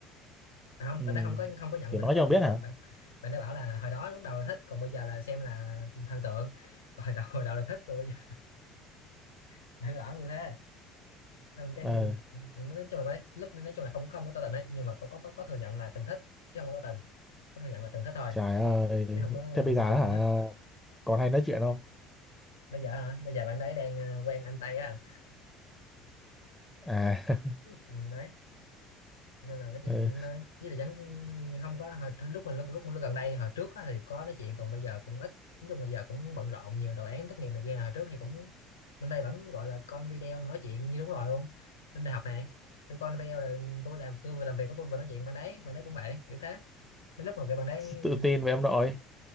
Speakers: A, on the left; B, in the centre.
A: à không
B: Ừ.
A: bạn nó không có không có nhận
B: Kiểu
A: được
B: nói
A: hết tôi
B: cho ông biết
A: bạn nó
B: hả?
A: bạn bạn nó bảo là hồi đó lúc đầu là thích còn bây giờ là xem là thần tượng <laughs> hồi đầu hồi đầu là thích rồi bây giờ <laughs> bạn nó bảo như thế xong cái
B: Ờ,
A: nói chung là bạn ấy, lúc nói chung là không không có tỏ tình đấy nhưng mà có có có, có thừa nhận là từng thích chứ không có tỏ tình có thừa nhận là từng thích thôi
B: trời ơi.
A: chứ không có là
B: Thế bây giờ
A: tỏ tình
B: hả?
A: chính thức
B: Còn hay nói chuyện không?
A: bây giờ hả bây giờ bạn đấy đang ờ, quen anh Tây á
B: À, <laughs>
A: ừ, đấy nên là nói chuyện
B: ờ,
A: cũng nói- ý là vẫn không có hồi, hồi lúc mà lúc, lúc gần đây hồi trước á thì có nói chuyện còn bây giờ cũng ít nói chung bây giờ cũng bận rộn nhiều đồ án tốt nghiệp này kia hồi trước thì cũng bên đây vẫn gọi là con video nói chuyện như đúng rồi luôn lên đại học này tụi con video rồi tôi làm tôi vừa làm việc của tôi vừa nói chuyện bạn đấy bạn đấy cũng vậy kiểu thế mấy lúc mà cái bạn đấy
B: tự tin với ông nội.